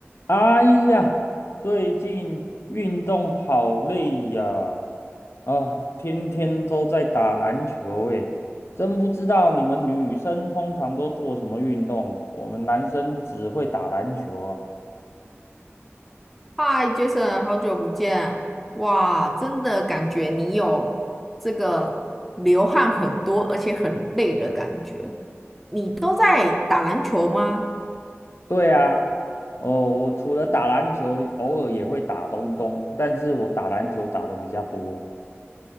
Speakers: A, on the left; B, in the centre.
A: 哎呀，最近运动好累呀！啊，天天都在打篮球，诶，真不知道你们女生通常都做什么运动，我们男生只会打篮球啊。
B: 嗨，Jason，好久不见！哇，真的感觉你有这个流汗很多，而且很累的感觉。都在打篮球吗？
A: 对啊，哦，我除了打篮球，偶尔也会打东东，但是我打篮球打的比较多啊。